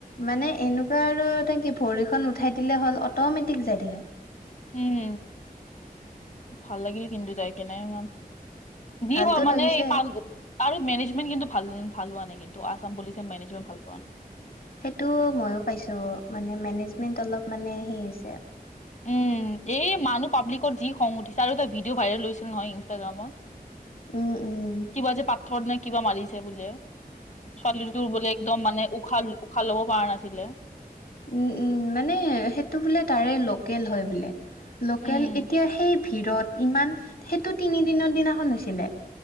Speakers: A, on the left; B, on the left.
A: মানে এনেকুৱা আৰু এ, কি ভৰিখন উঠাই দিলে হ'ল অট'মেটিক যাই থাকে।
B: উম, ভাল লাগিল কিন্তু যাই কেনে ইমান। যি
A: ভালতো
B: হয় মানে
A: লাগিছে।
B: এই পাঁচ গ আৰু মেনেজমেট কিন্তু ভাল ভাল হোৱা নাই কিন্তু, আছাম পুলিচে মেনেজমেণ্ট ভাল কৰা নাই।
A: সেইটো ময়ো পাইছোঁ মানে মেনেজমেন্ট অলপ মানে হে হৈছে।
B: উম, এই মানুহ পাব্লিকত যি খং উঠিছে আৰু এটা ভিডিঅ' ভাইৰেল হৈছিল নহয় ইনষ্টাগ্ৰামত।
A: উম উম
B: কিবা যে পাথৰ নে কিবা মাৰিছে বোলে। ছোৱালীটোৰ বোলে একদম মানে উশা উশাহ ল'ব পাৰা নাছিলে।
A: উম, উম, মানে সেইটো বোলে তাৰে ল'কেল হয় বোলে। ল'কেল
B: উম,
A: এতিয়া সেই ভিৰত ইমান, সেইটো তিনিদিনৰ দিনাখন হৈছিলে।